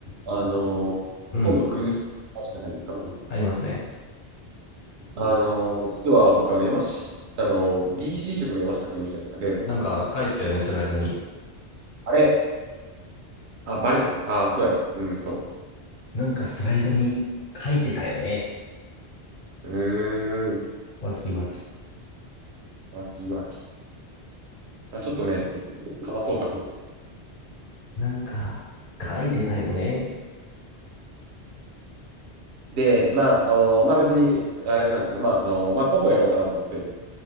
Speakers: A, on the right; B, on the left.
A: あの、
B: うん。
A: 今度クルージングあるじゃないですか。
B: ありますね。
A: あの、実は僕、あの、山下あの BC 職の山下くんいるじゃないですか、例の。
B: なんか書いてたよね、スライドに。
A: あれ、あ、バレてた。あ、そうや。うん、そ
B: なんかスライドに書いてたよね。
A: う。うーん、
B: わきわき。
A: わきわき。まあ、ちょっとね、かまそうかなと。
B: なんか書いてたよね。
A: で、まあ、あの、まあ別に、あれなんですけど、まあ、あの、まあコントやろうかなと思ってて、